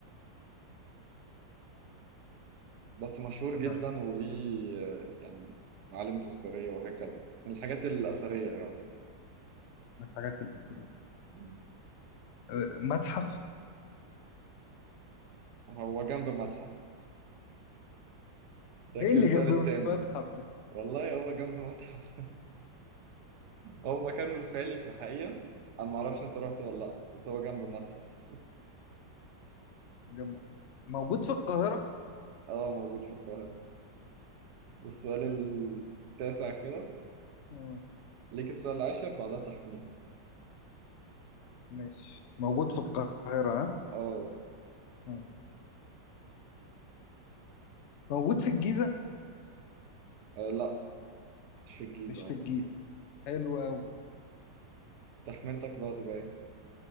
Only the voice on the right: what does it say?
بس مشهور جدا
وليه آه، يعني معالم تذكارية وهكذا من الحاجات الأثرية يعتبر
مم.
هو جنب متحف ده
كده
السؤال
الثامن
والله هو جنب متحف هو مكانه الفعلي في الحقيقة أنا معرفش أنت رحت ولا لأ بس هو جنبه المتحف
أه موجود في القاهرة ده السؤال التاسع كده
ليك السؤال العاشر بعدها تخمين
أه
آه، لأ مش في الجيزة
أعتقد
تخمينتك بقى تبقى إيه؟